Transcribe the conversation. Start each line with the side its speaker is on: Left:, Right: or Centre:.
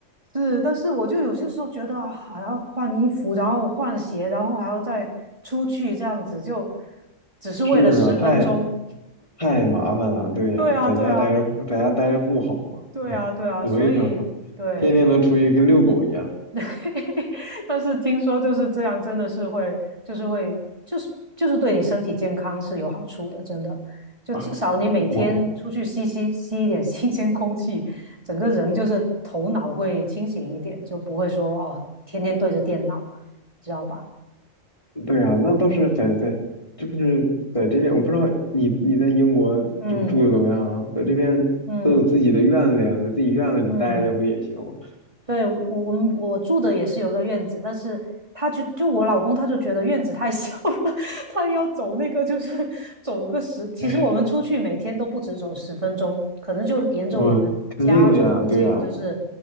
Right: 是，但是我就有些时候觉得啊，还要换衣服，然后换鞋，然后还要再出去这样子，就只是为了十分钟。
Left: 是啊，太太麻烦了，对呀，
Right: 对啊，
Left: 在家待着，
Right: 对啊，
Left: 在家待着不好吗？
Right: 对啊，
Left: 嗯我也想说，
Right: 对啊，所以对，
Left: 天天都出去跟遛狗一样
Right: <laughs> 但是听说就是这样，真的是会，就是会，就是就是对你身体健康是有好处的，真的。就至少你每天出去吸吸吸一点新鲜空气，
Left: 啊。我，
Right: 整个人就是头脑会清醒一点，就不会说哦，天天对着电脑，知道吧？
Left: 对呀，那倒是在在，这不是在这边，我不知道你你在英国这个住的怎么样啊？
Right: 嗯
Left: 在这边都有自己的院子呀，
Right: 嗯
Left: 在自己院子里待着不也行吗？
Right: 嗯。对，我我们我住的也是有个院子，但是他就就我老公他就觉得院子太 <laughs> 小了，<laughs> 他要走那个就是走个十，其实我们出去每天都不止走十分钟，
Left: 哎，
Right: 可能就沿着我们家这附近就是
Left: 我肯定的呀，对呀，